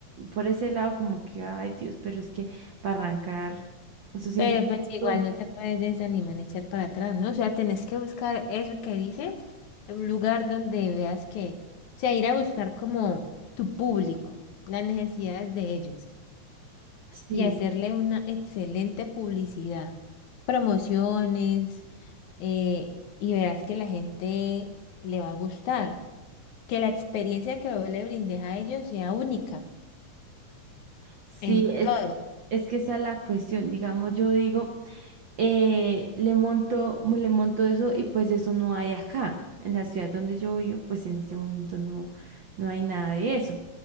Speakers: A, on the right; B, on the left.
A: por ese lado como que, ay Dios, pero es que para arrancar, eso siempre
B: Pero
A: es
B: pues
A: costoso.
B: igual no te puedes desanimar ni echar para atrás, ¿no? O sea, tenés que buscar eso que dice un lugar donde veas que, o sea, ir a buscar como tu público, las necesidades de ellos
A: Sí,
B: y hacerle una excelente publicidad, promociones, eh, y verás que la gente le va a gustar, que la experiencia que vos le brindes a ellos sea única
A: sí,
B: en
A: es
B: todo.
A: que, es que esa es la cuestión. Digamos, yo digo, eh, le monto, mo- le monto eso y pues eso no hay acá. En la ciudad donde yo vivo, pues en este momento no, no hay nada de eso.